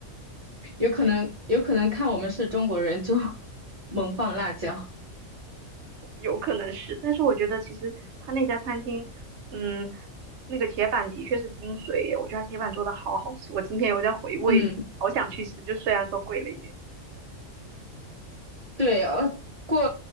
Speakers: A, on the right; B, on the right.
A: 有可能有可能看我们是中国人就 <laughs> 猛放辣椒。
B: <laughs> 有可能是，但是我觉得其实他那家餐厅，嗯，那个铁板的确是精髓耶，我觉得他铁板做的好好吃，我今天有在回味，
A: 嗯，
B: 好想去吃，就虽然说贵了一点，
A: 对，呃，过